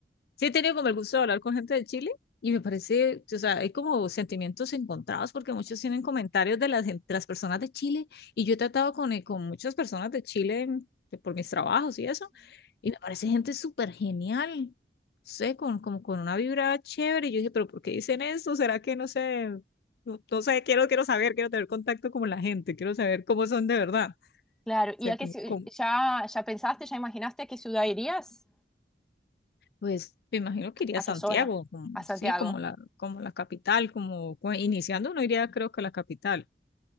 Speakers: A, on the left; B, in the centre.
A: Sí, he tenido como el gusto de hablar con gente de Chile y me parece, o sea, hay como sentimientos encontrados porque muchos tienen comentarios de las, gen- de las personas de Chile y yo he tratado con, eh, con muchas personas de Chile en- por mis trabajos y eso, y me parece gente súper genial, no sé, con, como con una vibra chévere. Y yo dije, pero ¿por qué dicen eso? ¿Será que no sé? No, no sé, quiero, quiero saber, quiero tener contacto con la gente, quiero saber cómo son de verdad.
B: Claro,
A: O
B: ¿y
A: sea,
B: a qué ci-
A: como,
B: ya, ya pensaste, ya imaginaste a qué ciudad irías?
A: Pues me imagino que iría
B: ¿A
A: a Santiago,
B: qué zona?
A: como,
B: A Santiago,
A: sí, como la, como la capital, como cu- iniciando uno iría creo que a la capital,